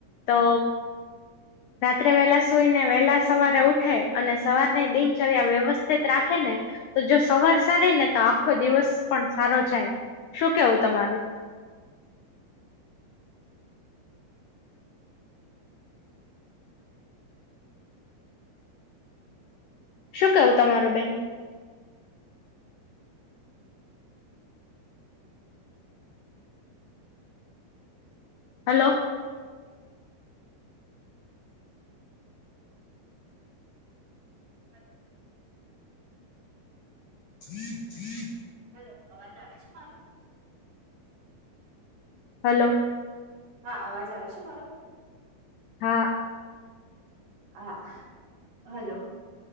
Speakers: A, on the left (about 80°); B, on the right (about 65°).
A: તો રાત્રે વેલા સુઈને વેલા સવારે ઉઠે અને સવારની દિનચર્યા વ્યવસ્થિત રાખે ને. તો જો સવાર સારી ને તો આખો દિવસ પણ સારો જાય શું કેવું તમારૂ. શું કેવું તમારું બેન. હલો.
B: હલો.
A: <inaudible>
B: હલો અવાજ આવે છે મારો.
A: હલો.
B: હા અવાજ આવે છે મારો.
A: હા.
B: હા હલો.